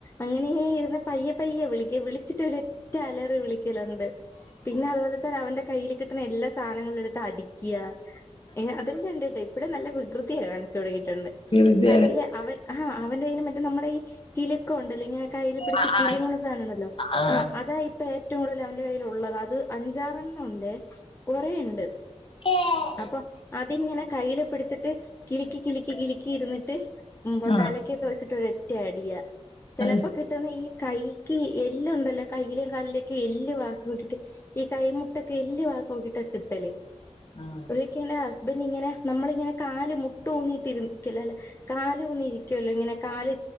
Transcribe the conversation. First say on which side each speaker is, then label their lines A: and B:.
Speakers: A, on the left; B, on the left.
A: അങ്ങനെ ഇരുന്ന പയ്യ പയ്യെ വിളിക്കേ വിളിച്ചിട്ട് ഒരെറ്റലറി വിളിക്കലുണ്ട് പിന്നെ അതുപോലെ തന്നെ അവൻ്റെ കയ്യ്ല് കിട്ട്ണെ എല്ലാ സാധനങ്ങളെടുത്ത് അടിക്ക്യാ അതെല്ലാം ഇണ്ട്ട്ടോ ഇപ്പയേ നല്ല വികൃതിയാ കാണിച്ചു തൊടങ്ങീട്ട്ണ്ട്.
B: ഉം
A: കയ്യില് അവൻ ആഹ് അവൻ്റേയില് മറ്റേ നമ്മടെ ഈ കിലുക്ക ഒണ്ടല്ല ഇങ്ങനെ കയ്യിൽ പിടിച്ച്
B: ആ ആ
A: കിലിങ്ങ്ണ സാനണ്ടല്ലോ
B: ആ
A: ആഹ് അതായി ഇപ്പൊ ഏറ്റവും കൂടുതലവന്റെ കയ്യിലൊള്ളത് അത് അഞ്ചാറെണ്ണവുണ്ടേ കൊറേയ്ണ്ട്.
B: ഏഹ്.
A: അപ്പൊ അതിങ്ങനെ കയ്യില് പിടിച്ചിട്ട് കിലിക്കി കിലിക്കി കിലി ക്കി ഇരുന്നിട്ട്
B: ആ
A: തലക്കൊക്കെ വെച്ചിട്ട് ഒരൊറ്റയടിയാ ചെലപ്പോ
B: അത്
A: കി കിട്ടന്നേ ഈ കൈയ്ക്ക് എല്ല് ഒണ്ടല്ലോ കൈയിലും കാലിലൊക്കെ എല്ല് വ <unintelligible> ഈ കൈ മുട്ടൊക്കെ എല്ല് വാക്കോക്കീട്ടാ കിട്ടല്
B: ആ
A: എന്റെ ഹസ്ബന്റ് ഇങ്ങനെ നമ്മളിങ്ങനെ കാല് മുട്ട് ഊന്നിട്ടിരിക്കലല്ലേ കാലൂന്നി ഇരിക്കുവല്ലോ ഇങ്ങനെ കാല്